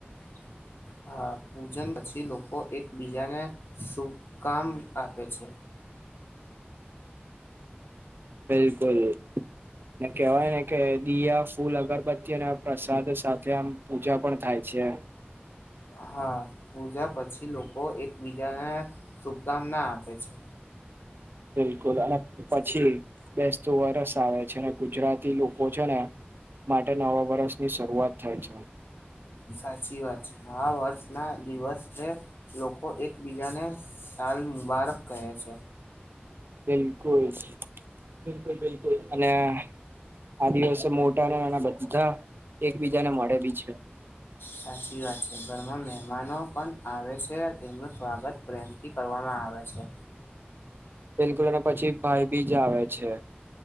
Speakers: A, on the left; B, on the right.
A: <inaudible> હા પૂજન પછી લોકો એકબીજાને શુભકામ આપે છે.
B: બિલકુલ. એ કહેવાય ને કે દયા ફૂલ અગરબત્તી અને પ્રસાદ સાથે આમ પૂજા પણ થાય છે
A: હા પૂજા પછી લોકો એકબીજાને શુભકામના આપે છે.
B: બિલકુલ અને પછી બેસતું વરસ આવે છે ને ગુજરાતી લોકો છે ને માટે નવા વર્ષની શરૂઆત થાય છે.
A: સાચી વાત છે, આ વર્ષના દિવસને લોકો એકબીજાને સાલ મુબારક કહે છે.
B: બિલકુલ બિલકુલ બિલકુલ અને આ દિવસે મોટા અને નાના બધા એકબીજાને મળે બી છે.
A: સાચી વાત છે, ઘરમાં મે મહેમાનો પણ આવે છે તેમનું સ્વાગત પ્રેમથી કરવામાં આવે છે.
B: બિલકુલ અને પછી ભાઈ બીજ આવે છે.